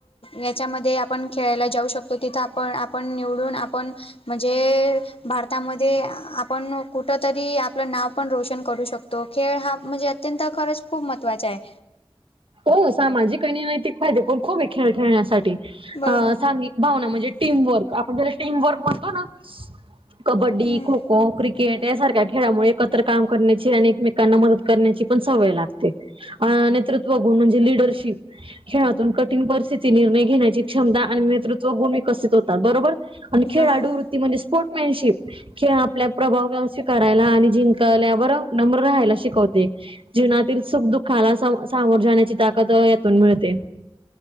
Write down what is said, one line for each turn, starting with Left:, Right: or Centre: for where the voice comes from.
Left: याच्यामध्ये आपण खेळायला जाऊ शकतो तिथं आपण आपण निवडून आपण म्हणजे भारतामध्ये आपण कुठ तरी आपलं नाव पण रोशन करू शकतो तो खेळ हा म्हणजे अत्यंत खरंच खूप महत्त्वाचा आहे
Right: हो सामाजिक आणि आणि नैतिक फाये पण खूप आहे खेळ खेळण्यासाठी
Left: बरोबर
Right: भावना म्हणजे टीमवर्क आपण ज्याला टीमवर्क म्हणतो ना कबड्डी
Left: हम्म
Right: खो खो क्रिके किट यासारख्या खेळामुळे एकत्र काम करण्याची आणि एकमेकांना मदत करण्याची पण सवय लागते अ नेतृत्व गुण म्हणजे लिडरशिप खेळातून कठीण परिस्थिती निर्णय घेण्याची क्षमता आणि नेतृत्व गुण् कसित होतात बरोबर आणि खेळाडूवृत्ती
Left: बरोबर.
Right: म्हणजे स्पोर्टमॅनशिप खिळ आपल्या प्रभाव स्वीकारायला आणि जिंकल्यावर नम्र राहायला शिकवते जीवनातील सुख दुःखाला सामोर जाण्याची ताकद यातून मिळते